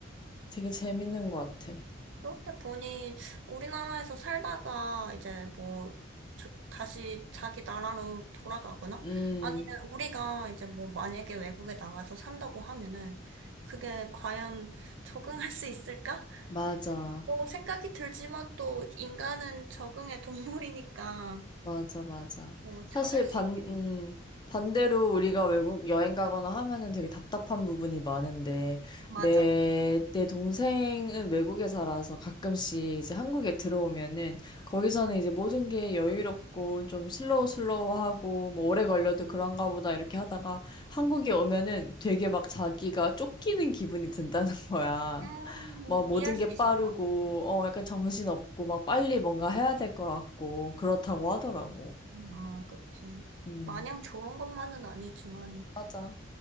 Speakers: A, on the left (about 25°); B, on the right (about 70°).
A: 되게 재밌는 것 같아.
B: 그렇게 보니 우리나라에서 살다가 이제 뭐 저- 다시 자기 나라로 돌아가거나
A: 음,
B: 아니면 우리가 이제 뭐 만약에 외국에 나가서 산다고 하면은 그게 과연 적응할 수 있을까?
A: 맞아.
B: 뭐 생각이 들지만 또 인간은 적응의 동물이니까
A: 맞아, 맞아.
B: 뭐
A: 사실
B: 잘할 수
A: 반,
B: 있겠지.
A: 음, 반대로 우리가 외국 여행 가거나 하면은 되게 답답한 부분이 많은데,
B: 맞아.
A: 내, 내 동생은 외국에 살아서 가끔씩 이제 한국에 들어오면은, 거기서는
B: 어.
A: 이제 모든 게 여유롭고 좀 슬로우 슬로우하고, 뭐 오래 걸려도 그런가 보다 이렇게 하다가, 한국에 오면은 되게 막 자기가 쫓기는 기분이 든다는 <laughs> 거야.
B: 음,
A: 뭐 모든
B: 이해할
A: 게
B: 수
A: 빠르고,
B: 있을 것 같아.
A: 어, 약간 정신 없고, 막 빨리 뭔가 해야 될 것 같고, 그렇다고 하더라고.
B: 아, 그치.
A: 음,
B: 마냥 좋은 것만은 아니지만
A: 맞아.